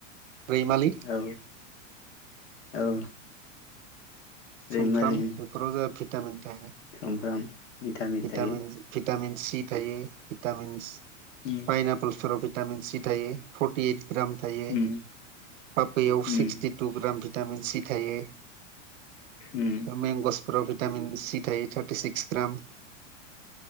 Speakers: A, on the right (about 75°); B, on the left (about 70°).
A: रैमालि
B: औ औ रैमालि
A: सुमफ्राम बेफोराव जों भिटामिन थायो
B: सुमफ्राम मिथा मिथायो
A: भिटामिन भिटामिन सि थायो भिटामिन
B: उम
A: पाइनापोलफोराव टामिन सि थायो फर्टि इट ग्राम थायो
B: उम
A: पाफैयाव
B: उम
A: sixty two gram vitamin C थायो।
B: उम
A: मेगसफोराव भिटामिन सि थायो थार्टि सिक्स ग्राम।